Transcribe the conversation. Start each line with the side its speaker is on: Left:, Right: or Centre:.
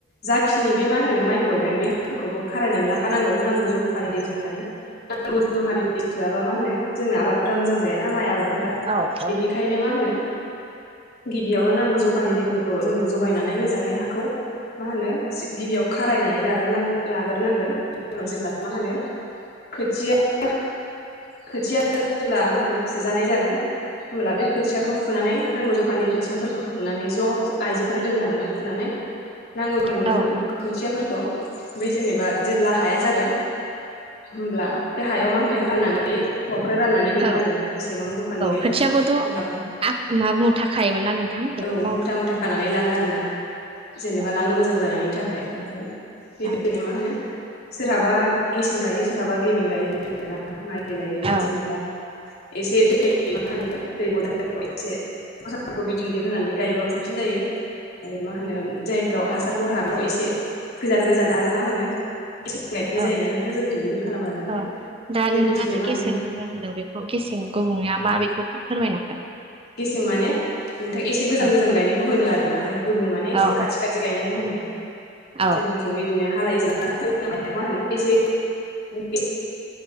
Left: जा खि नि बे मा होनो माइखौ गायगोन बे हाफोरखौबो खारायनानै लाखानांगौ नांगौ जखानि दै होनानै। नांगौ जखानि दै सोआबा मा होनो जोंना आबादफोरा मोजां जाया ना माइ आबाद फोरा
Right: औ औ
Left: बेनिखायनो मा होनो गिबियावनो नांगौ जखानि दैफोरखौ जोङो जगायनानै मोजाङै हाखौ मा होनो सि गिबियाव खारायनानै लाग्रो नांगोन लाग्रोनांगोन उनाव जेब्ला मा होनो खोथिया-खोथिया जेब्ला मा होनो फुजानाय जागोन होमब्ला बे खोथियाखौ फुनानै नांगौ जखानि खोथियाफोरखौ फुनानै ज' आइजोफोरा लोगो नांनानै फुनानै दखाननि
Right: औ
Left: मा होनो
Right: औ
Left: खोथियाफोरखौ बै जेनेबा जेब्ला हाया जागोन होमब्ला बे हायाव मा होनो राननानै। हौवाफ्रा राननानै हैगोन
Right: औ
Left: आरो ना बेसेबां जखाननि गायगोन
Right: खोथियाखौथ'
Left: जेनेबा सोरहाबा
Right: आ मा मुथा खायोमोन ना नोंथां बेखौ
Left: औ
Right: मावदों
Left: मुथा मुथा खानानै लांङो आरो ना जेनेबा
Right: औ
Left: लांनो मोजां जानायनि थाखाय ओमफ्राय बेबायदिनो
Right: औ
Left: मा होनो सोरहाबा गेसें गायो सोरहाबा गेबें गायो बेबायदिनो माइ एलाय एलाय
Right: औ
Left: जेनेबा एसे दै मा होनो दै बाराव एसे गसाफोरखौ गिदिर गिदिर होनानै गायोबा सा बसिन जायो आरो मा मा होन जायफोराव हासार बरहा बेफ्राव एसे गोजान गोजान आरो मा होनो गायनाय
Right: औ
Left: जायोना नोंथां जोंथिं बिदिनो खालामो आरोना ओमफ्राय
Right: औ दा
Left: बेबायदिनो
Right: नोंथांङा जे
Left: मा
Right: गेसें
Left: होनो
Right: गुबुं होनदों बेखौ गेसें गुबुंङै आ मा बेखौ फोरमायनो हागोन नामा।
Left: गेसें माने नोंथां एसे गोजान-गोजान
Right: औ
Left: गायनायखौ होनो आरोना ओमफ्राय गोबुं माने
Right: औ
Left: एसे खाथि खाथि गायनायखौ होनो
Right: औ
Left: जों मिथि बेबादिनो। हालायो जोब स हाया मा होनो एसे <unintelligible>